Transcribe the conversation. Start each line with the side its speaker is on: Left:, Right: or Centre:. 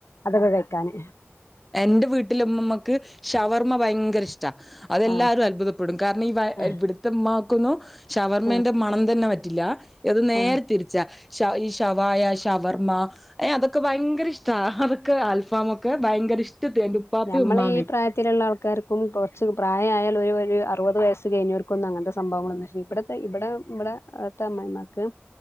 Left: അതൊക്കെ കഴിക്കാന്
Centre: എന്റെ വീട്ടിലെ മമ്മാക്ക് ഷവർമ്മ ഭയങ്കര ഇഷ്ട അതെല്ലാരും
Left: ആഹ്
Centre: അത്ഭുതപ്പെടും കാരണം ഈ വ
Left: ആഹ്
Centre: ഇവിടുത്തെമ്മാ ക്കൊന്നും ഷവർമന്റെ
Left: ആഹ്
Centre: മണം തന്നെ പറ്റില്ല ഇത് നേരെ
Left: ആഹ്
Centre: തിരിച്ചാ ഷ ഈ ഷവായ, ഷവർമ്മ ഏ അതൊക്കെ ഭയങ്കര ഇഷ്ടാ അതൊക്കെ അൽഫാമൊക്കെ ഭയങ്കര ഇഷ്ടത്തി എന്റെ ഉപ്പാപ്പയും
Left: നമ്മളെയീ
Centre: ഉമ്മാമയും
Left: പ്രായത്തിലുള്ള ആൾക്കാർക്കും കൊറച്ച് പ്രായായാലൊരു ഈ അറുപത് വയസ്സ് കയിഞ്ഞോർക്കൊന്നും അങ്ങൻത്തെ സംഭവങ്ങളൊന്നും പക്ഷെ ഇവിടത്തെ ഇവിടെ ഇവിടെ അവിട്ത്തെ അമ്മായിമ്മാക്ക്